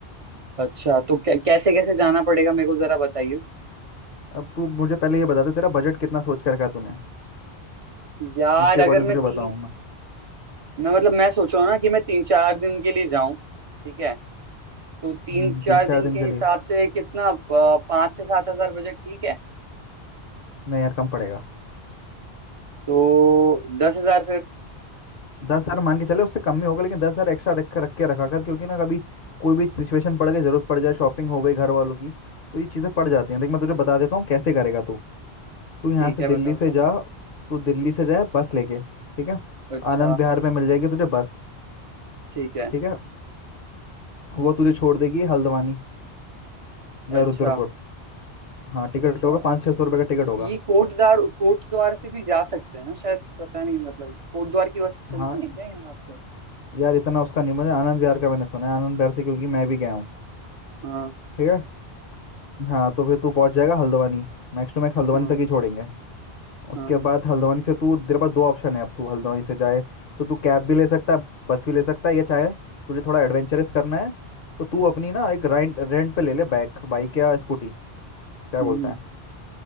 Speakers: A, on the right; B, on the left.
A: अच्छा तो कै, कैसे कैसे जाना पड़ेगा मेरे को जरा बताइए
B: अब तू मुझे पहले ये बता दे तेरा बजट कितना सोच के रखा है तूने
A: यार
B: उसके
A: अगर
B: अकॉर्डिंग तुझे
A: मैं तीन
B: बताऊँ मैं
A: मैं मतलब मैं सोच रहा हूँ ना कि मैं तीन चार दिन के लिए जाऊं ठीक है तो तीन
B: हम्म,
A: चार
B: तीन चार
A: दिन
B: दिन
A: के
B: के
A: हिसाब
B: लिए
A: से कितना अ, पाँच से सात हजार बजट ठीक है
B: नहीं यार कम पड़ेगा
A: तो दस हजार फिर
B: दस हजार मान के चले उससे कम ही होगा लेकिन दस हजार एक्स्ट्रा रख रख के रखा कर क्योंकि ना कभी कोई भी सिचुएशन पड़ गई जरूरत पड़ जाए शॉपिंग हो गई घर वालों की तो ये चीज़ें पड़ जाती हैं देख मैं तुझे बता देता हूँ कैसे करेगा तू तू यहाँ
A: ठीक
B: से
A: है
B: दिल्ली
A: बता बता
B: से जा तू दिल्ली से जाए बस लेके ठीक है
A: अच्छा
B: आनंद विहार में मिल जाएगी तुझे बस
A: ठीक है
B: ठीक है वो तुझे छोड़ देगी हल्द्वानी या
A: अच्छा
B: रुद्रपुर हाँ टिकट
A: अच्छा
B: होगा पाँच छः सौ रुपये का टिकट होगा
A: ये कोटद्वार कोटद्वार से भी जा सकते हैं ना शायद पता नहीं मतलब कोटद्वार की बस चलती
B: हाँ
A: है क्या यहाँ पे
B: यार इतना उसका नहीं मुझे आनंद विहार का मैंने सुना है आनंद विहार से क्योंकि मैं भी गया हूँ
A: हाँ
B: ठीक है हाँ तो फिर तू पहुंच जाएगा Haldwani Max to max Haldwani
A: हाँ
B: तक ही छोड़ेंगे उसके
A: हाँ हाँ
B: बाद हल्द्वानी से तू तेरे पास दो ऑप्शन है अब तू हल्द्वानी से जाए तो तू कैब भी ले सकता है बस भी ले सकता है या चाहे तुझे थोड़ा एडवेंचरस करना है तो तू अपनी ना एक रेंट रेंट पे ले ले बाइक बाइक या स्कूटी क्या
A: हम्म
B: बोलता
A: हम्म।
B: है